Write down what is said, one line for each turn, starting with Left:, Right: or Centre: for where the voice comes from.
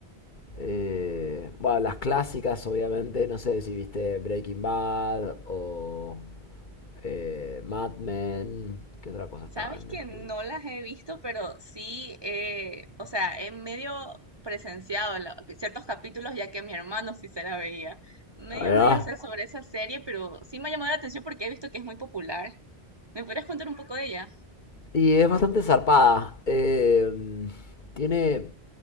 Left: eh, bueno, las clásicas, obviamente, no sé si viste Breaking Bad o eh, Mad Men, ¿qué otra cosa estaba
Right: Sabes
Left: en Netflix?
Right: que no las he visto, pero sí, eh, o sea, he medio presenciado la- ciertos capítulos ya que mi hermano sí se la veía. Medio,
Left: Ahí
Right: medio
Left: va.
Right: sé sobre esa serie, pero sí me ha llamado la atención porque he visto que es muy popular. ¿Me podrías contar un poco de ella?
Left: Y es bastante zarpada. eh, tiene,